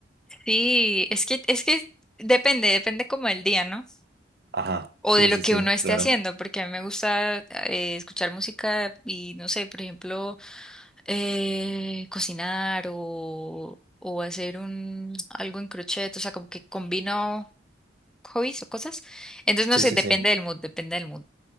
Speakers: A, in the centre; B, on the right.
A: Sí, es que, es que depende, depende como el día, ¿no?
B: Ajá,
A: O
B: sí,
A: de lo
B: sí,
A: que
B: sí,
A: uno esté
B: claro.
A: haciendo, porque a mí me gusta eh, escuchar música y no sé, por ejemplo, eh, cocinar o, o hacer un algo en crochet, o sea, como que combino hobbies o cosas. Entonces, no
B: Sí,
A: sé,
B: sí,
A: depende
B: sí.
A: del mood, depende del mood.